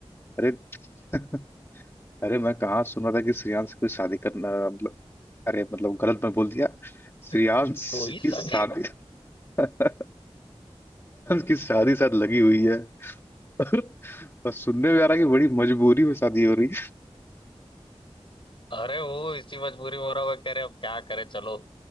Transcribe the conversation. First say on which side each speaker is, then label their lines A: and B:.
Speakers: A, on the left; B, on the left.
A: अरे <laughs> अरे मैं कहाँ सुन रहा था कि श्रेयांश से कोई शादी करना मतलब अरे मतलब गलत मैं बोल दिया श्रेयांश
B: <laughs> कोई
A: की
B: शादी
A: शादी <laughs> श्रेयांश की शादी साथ लगी हुई है <laughs> और सुनने में आ रहा है कि बड़ी मजबूरी में शादी हो रही
B: अरे वो इसी मजबूरी में हो रहा होगा कह रहे अब क्या करे चलो